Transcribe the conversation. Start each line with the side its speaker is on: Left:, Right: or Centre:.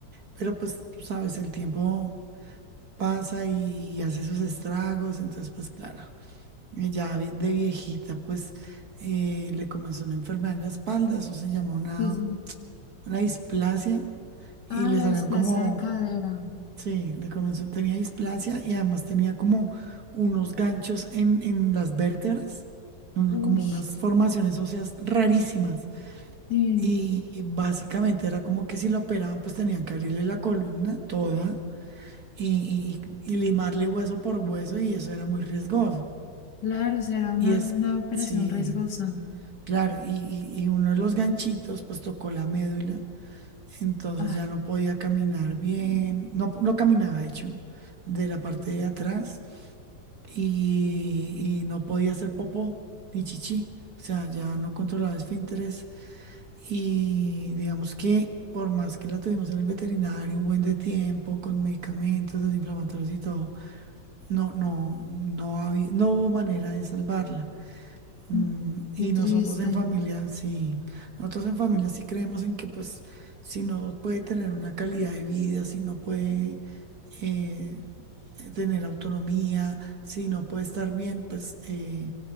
Right: Pero pues tú sabes, el tiempo pasa y, y hace sus estragos, entonces pues claro, eh, ya vi- de viejita pues eh, le comenzó una enfermedad en la espalda, eso se llamó una,
Left: Sí, sí.
Right: una displasia y
Left: Ah,
Right: le
Left: la
Right: salieron
Left: displasia
Right: como,
Left: de cadera.
Right: sí, le comenzó, tenía displasia y además tenía como unos ganchos en, en las vértebras, un-
Left: Uy,
Right: como unas formaciones óseas rarísimas.
Left: sí.
Right: Y y básicamente era como que si la operaban, pues tenían que abrirle la columna toda y, y- y limarle hueso por hueso y eso era muy riesgoso.
Left: Claro, será una,
Right: Y es,
Left: una operación
Right: sí,
Left: riesgosa.
Right: claro, y, y- y uno de los ganchitos pues tocó la médula, entonces
Left: Ah,
Right: ya no podía caminar bien, no, no caminaba de hecho, de la parte de atrás y, y no podía hacer popó ni chichi, o sea, ya no controlaba esfínteres y digamos que... Por más que la tuvimos en el veterinario un buen de tiempo, con medicamentos desinflamatorios y todo, No, no, no había, no hubo manera de salvarla. Mm,
Left: mm,
Right: y
Left: qué triste.
Right: nosotros en familia, sí, nosotros en familia sí creemos en que pues si no puede tener una calidad de vida, si no puede eh, tener autonomía, si no puede estar bien, pues eh,